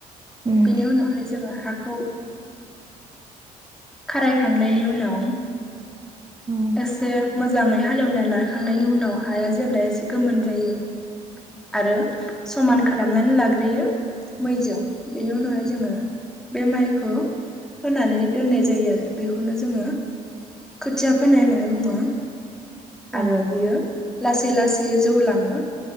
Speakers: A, on the right (about 20°); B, in the centre.
A: उम
B: बेनि नावहाय जोङो हाखौ खारायखांनायनि उनाव
A: औ
B: एसे मोजाङै हालेवना लाखांनायनि उनाव हाया जेब <unintelligible> एसे गोमोन जायो आरो समान खालामनानै लाग्रोयो मैजों। बेनि उनावहाय जोङो बे माइखो फोनानै दोननाय जायो आरो बेखौनो जोङो खोथिया फोनाय होननानै बुङो।
A: औ
B: आरो
A: औ
B: बियो लासै लासैयो जौलाङो।